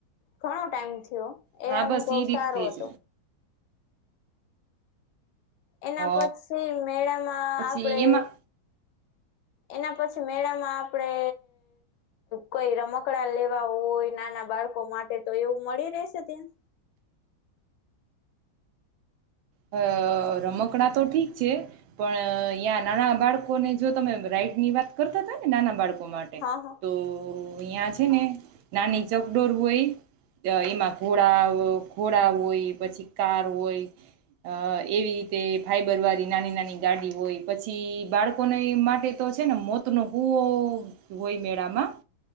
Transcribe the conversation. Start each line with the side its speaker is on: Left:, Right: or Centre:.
Left: ઘણો ટાઈમ થયો.
Right: હા
Left: એ અનુભવ
Right: બસ રીતે
Left: સારો હતો.
Right: જ
Left: એના
Right: અ
Left: પછી મેળામાં
Right: પછી
Left: આપડે
Right: એમાં
Left: એના પછી મેળામાં આપડે કોઈ રમકડા લેવા હોય નાના બાળકો માટે તો એવું મળી રહેશે ત્યાં?
Right: અ રમકડા તો ઠીક છે પણ અહીંયા નાના બાળકોને જો તમે રાઈટ ની વાત કરતા હતા ને નાના બાળકો. માટે
Left: હા હા
Right: તો અહં છે ને નાની ચકડોર હોય એમાં ઘોડા ઘોડા હોય, પછી કાર હોય. અ એવી રીતે ફાઈબર વાળી નાની નાની ગાડી હોય પછી બાળકોને માટે તો છે ને મોતનો કુવો હોય મેળામાં